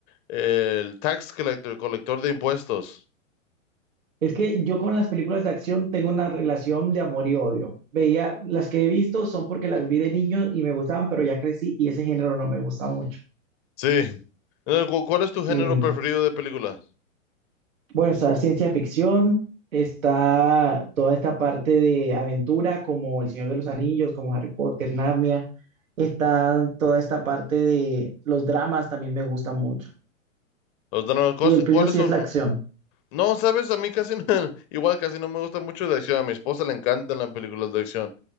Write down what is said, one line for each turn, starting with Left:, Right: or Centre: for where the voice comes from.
Left: eh, el Tax Collector, colector de impuestos.
Right: Es que yo con las películas de acción tengo una relación de amor y odio. Veía, las que he visto son porque las vi de niño y me gustaban, pero ya crecí y ese género no me gusta mucho.
Left: Sí. Eh, ¿cu- ¿Cuál es
Right: Sí,
Left: tu género
Right: entonces,
Left: preferido de películas?
Right: bueno, está ciencia ficción, está toda esta parte de aventura como El Señor de los Anillos, como Harry Potter, Narnia, está toda esta parte de los dramas también me gustan mucho.
Left: Los dramas, ¿cuáles
Right: Y el tuyo
Left: cuáles
Right: sí
Left: son?
Right: es la acción.
Left: No, sabes, a mí casi no- <laughs> igual casi no me gusta mucho de acción. A mi esposa le encantan las películas de acción.